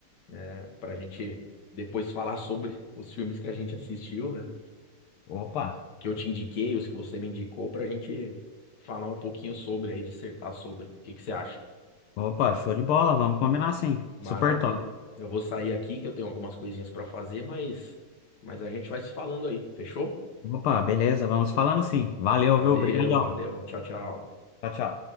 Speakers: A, on the left; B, on the left.
A: né, pra gente depois falar sobre os filmes que a gente assistiu, né?
B: Opa,
A: Que eu te indiquei, os que você me indicou, pra gente falar um pouquinho sobre aí, dissertar sobre. O que que você acha?
B: opa, show de bola, vamos combinar sim.
A: Maravilha.
B: Super top.
A: Eu vou sair aqui que eu tenho algumas coisinhas pra fazer, mas, mas a gente vai se falando aí, fechou?
B: Opa, beleza, vamos falando sim. Valeu,
A: Valeu,
B: viu? Obrigadão.
A: valeu. Tchau, tchau.
B: Tchau, tchau.